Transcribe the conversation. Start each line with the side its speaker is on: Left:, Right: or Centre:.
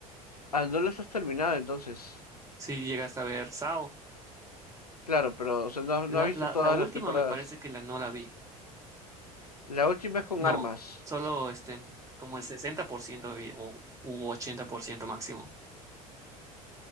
Left: Ah, no las has terminado entonces.
Right: Si llegas a ver Sao,
Left: Claro, pero o sea, no, no
Right: la,
Left: has visto
Right: la,
Left: todas
Right: la última
Left: las temporadas.
Right: me parece que la no la vi.
Left: La última es con
Right: No,
Left: armas.
Right: solo este, como el 60% vi o u 80% máximo.